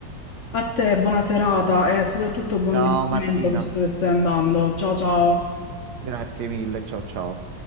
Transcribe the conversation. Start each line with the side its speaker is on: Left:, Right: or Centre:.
Left: A te, buona serata e soprattutto buon
Right: Ciao
Left: divertimento
Right: Martina,
Left: visto che stai andando. Ciao, ciao.
Right: grazie mille, ciao ciao.